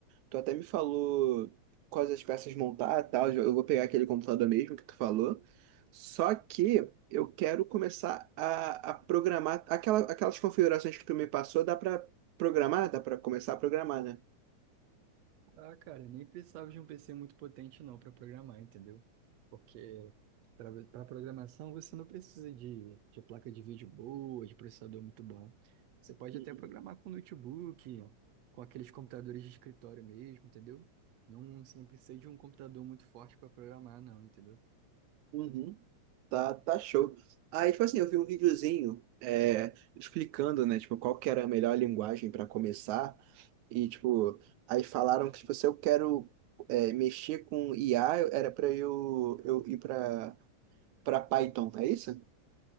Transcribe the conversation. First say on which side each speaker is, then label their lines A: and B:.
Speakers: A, on the right; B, on the right.
A: Tu até me falou quais as peças montar e tal. Eu vou pegar aquele computador mesmo que tu falou. Só que eu quero começar a, a programar. Aquela, aquelas configurações que tu me passou, dá pra programar? Dá pra começar a programar, né?
B: Ah, cara, nem precisava de um PC muito potente não para programar, entendeu? Porque para programação você não precisa de, de placa de vídeo boa, de processador muito bom. Você pode
A: Uhum.
B: até programar com notebook, com aqueles computadores de escritório mesmo, entendeu? Não, você não precisa de um computador muito forte para programar, não, entendeu?
A: Uhum. Tá, tá show. Aí, tipo assim, eu vi um videozinho é, explicando, né, tipo, qual que era a melhor linguagem para começar. E, tipo, aí falaram que, tipo, se eu quero é, mexer com IA, eu- era para eu, eu ir para para Python, é isso?